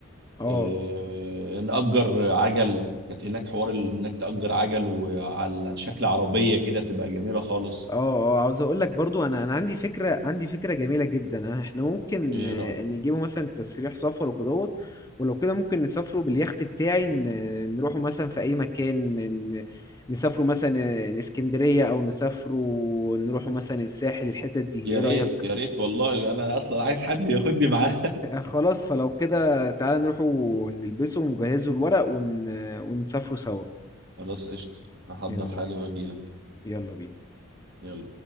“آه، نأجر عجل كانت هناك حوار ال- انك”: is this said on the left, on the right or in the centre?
Right